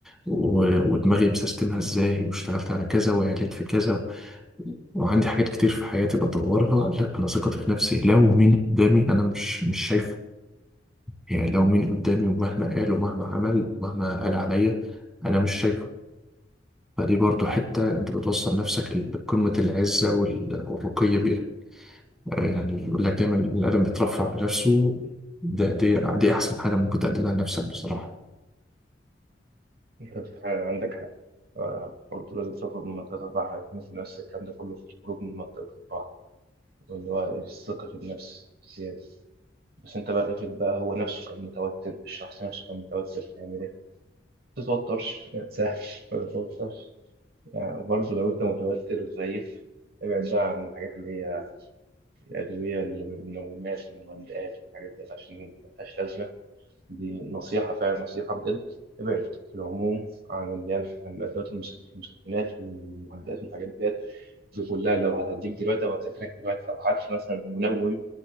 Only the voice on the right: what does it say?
انت فعلا عندك حق آه، برضه لازم تخرج من منطقة الراحة مثل نفس الكلام ده كله في الخروج من منطقة الراحة واللي هو الثقة في النفس زيادة بس انت بقى افرض بقى هو نفسه كان متوتر الشخص نفسه كان متوتر هيعمل ايه؟ ما تتوترش ما تساهلش ما تتوترش يعني وبرضه لو انت متوتر وخايف ابعد بقى عن الحاجات اللي هي الأدوية اللي بالمنومات والمهدئات والحاجات دي عشان ملهاش لازمة دي نصيحة فعلا نصيحة بجد ابعد في العموم عن اللي هي الح- الأدوات المسك- المسكنات والمهدئات والحاجات ديت دي كلها لو هتديك دلوقتي أو هتاكلك دلوقتي أو حتى مثلا منوم